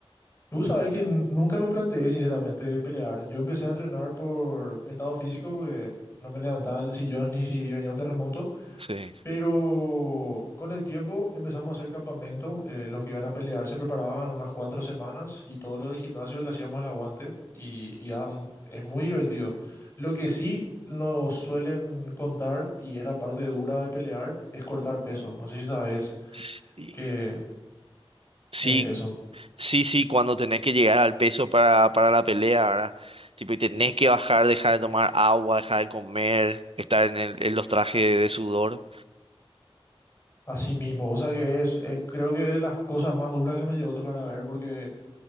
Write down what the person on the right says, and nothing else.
Sí.
Sí.
Sí,
sí, sí, cuando tenés que llegar al peso para, para la pelea, ¿verdad? Tipo, y tenés que bajar, dejar de tomar agua, dejar de comer, estar en, el- en los trajes de, de sudor.